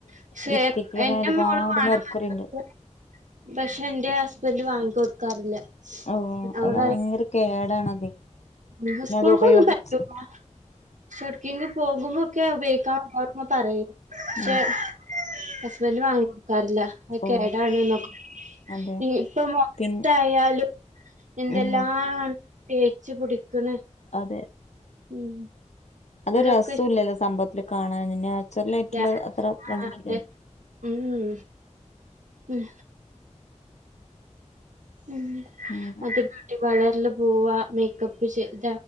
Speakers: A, on the right (about 80°); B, on the left (about 65°).
A: പക്ഷേ
B: ലിപ്സ്റ്റിക്കിലൊക്കെ
A: എന്റെ
B: ഒരുപാട്
A: മോള് വാണം
B: മെർക്കുറി
A: ന്ന് പറഞ്ഞു
B: ഉണ്ട്
A: പക്ഷെ എന്റെ ഹസ്ബൻ്റ് വാങ്ങി കൊടുക്കാറില്ല
B: ഓ
A: അവളെ
B: അത് ഭയങ്കര കേടാണത്
A: ഉം
B: പിന്നെ
A: സ്കൂൾ
B: അത് ഉപയോഗിച്ച്
A: കൊന്നും പറ്റൂല പക്ഷെട്ക്കേങ്കി പോകുമ്പൊക്കെ ഉപോഗിക്കാ ഓളോട്ങ്ങനെ പറയും പക്ഷെ
B: ഉം
A: ഹസ്ബൻഡ് വാങ്ങി കൊട്ക്കാറില്ല അത്
B: ഓ
A: കേടാണ് ന്ന് ഒക്കെ
B: അതെ
A: ഇപ്പൊ മൊകത്തായാലും
B: പിൻ
A: എന്തെല്ലാം
B: ഉം
A: ആണ് തേച്ച്പിടിക്കണ്
B: അതെ
A: ഉം
B: അതൊരു
A: അതൊക്കെ
B: രസോം ഇല്ലല്ലോ സംഭവത്തിൽ കാണാൻ നാച്ചുറൽ
A: ഇഷ്ടല്ല
B: ആയിട്ടുള്ള അത്ര
A: ആഹ്
B: ഭംഗില്ലല്ലേ
A: അതെ ഉം ഉം ഉം ഉ
B: ഉം
A: അത് ബ്യൂട്ടി പാർലർല് പോവാ മേക്കപ്പ് ചെയ്ത്